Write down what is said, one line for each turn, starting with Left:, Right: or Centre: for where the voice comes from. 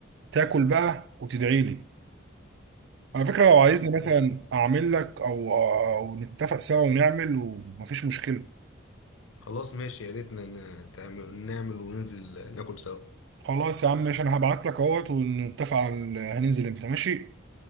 Right: تاكل بقى وتدعي لي على فكره لو عايزني
Left: اجربه
Right: مثلا اعمل لك او او نتفق سوا ونعمل ومفيش مشكله
Left: خلاص ماشي يا ريتنا ن- ن- تعمل- نعمل وننزل ناكل سوا
Right: خلاص يا عم ماشي انا هبعت لك اهوت ونتفق على هننزل امتى ماشي